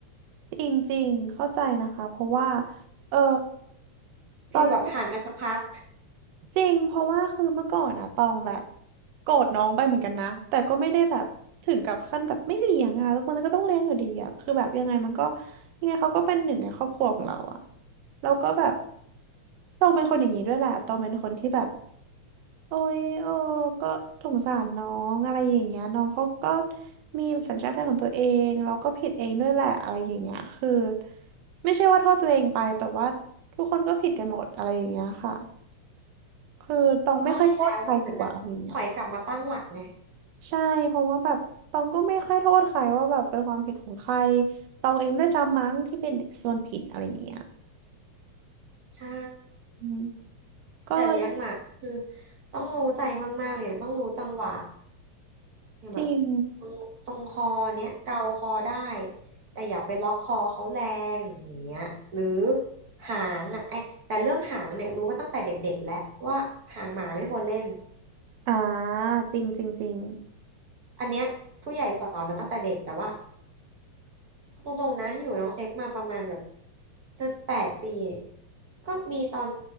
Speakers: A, on the right; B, on the right.
A: จริงจริงเข้าใจนะคะเพราะว่าเออตอนแรก
B: กีอยแบบห่างกันสักพัก
A: จริงเพราะว่าคือเมื่อก่อนอะตองแบบโกรธน้องไปเหมือนกันนะ แต่ก็ไม่ได้แบบถึงกับขั้นแบบไม่เลี้ยงอะทุกคนก็ต้องเลี้ยงอยู่ดีอะคือแบบยังไงมันก็ยังไงเขาก็เป็นหนึ่งในครอบครัวของเราอะแล้วก็แบบตองเป็นคนอย่างนี้ด้วยแหละตองเป็นคนที่แบบโอ้ยเอ้ก็สงสารน้องอะไรอย่างเงี้ยน้องเขาก็มีสัญชาตญาณของตัวเองเราก็ผิดเองด้วยแหละอะไรอย่างเงี้ยคือไม่ใช่ว่าโทษตัวเองไปแต่ว่าทุกคนก็ผิดกันหมดอะไรอย่างเงี้ยค่ะ คือตองไม่ค่อยโทษใครดีกว่าเอาอย่างเงี้ย
B: <laughs> ก็ดีแล้วมันเหมือนแบบถอยกลับมาตั้งหลักไง
A: ใช่เพราะว่าแบบตองก็ไม่ค่อยโทษใครว่าแบบเป็นความผิดของใครตองเองด้วยซ้ำมั้งที่เป็นคนผิดอะไรอย่างเงี้ย
B: ใช่
A: อืมก็เลย
B: แต่เลี้ยงหมาคือต้องรู้ใจมากๆเลยนะต้องรู้จังหวะอย่างแบบ
A: จริง
B: ตรงตรงคอเนี้ยเกาคอได้แต่อย่าไปล็อกคอเขาแรงอย่างเงี้ยหรือหางอ่ะไอแต่เรื่องหางเนี่ยรู้มาตั้งแต่เด็กๆแล้วว่าหางหมาไม่ควรเล่น
A: อ่าจริงจริงจริง
B: อันเนี้ยผู้ใหญ่สอนมาตั้งแต่เด็กแต่ว่า เอาตรงๆนะอยู่น้องเซฟมาประมาณแบบสักแปดปีก็มีตอน